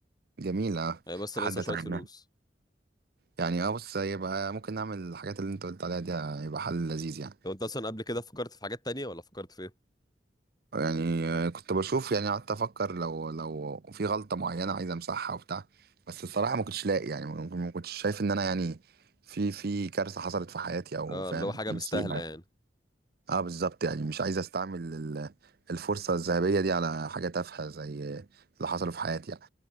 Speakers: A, on the right; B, on the left.
A: جميله
B: هي بس انا
A: لحد
B: لسه
A: اتمناه
B: شويه فلوس
A: يعني اه بص يبقى ممكن نعمل الحاجات اللي انت قلت عليها دي آه، يبقى حل لذيذ يعني
B: لو انت اصلا قبل كده فكرت في حاجات تانية ولا فكرت في ايه
A: يعني آه، كنت بشوف يعني قعدت افكر لو لو في غلطه معينه عايز امسحها وبتاع بس الصراحه ما كنتش لاقي يعني ما ما كنتش شايف ان انا يعني في في كارثه حصلت في حياتي او
B: اه
A: فاهم
B: اللي هو حاجه
A: مصيبه
B: مستاهله يعني
A: اه بالظبط يعني مش عايز استعمل ال- الفرصة الذهبية دي على حاجة تافهة زي اللي حصل في حياتي يعني